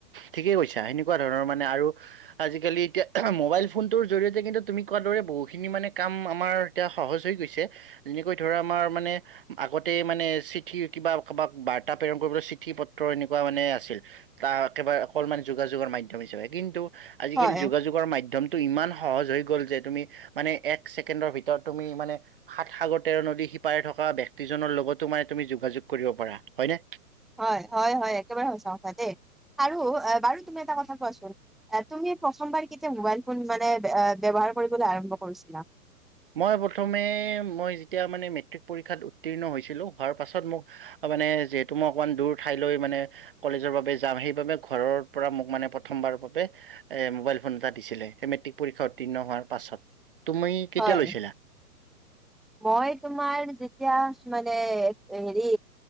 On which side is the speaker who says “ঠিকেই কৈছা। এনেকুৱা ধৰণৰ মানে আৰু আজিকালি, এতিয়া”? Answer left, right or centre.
Right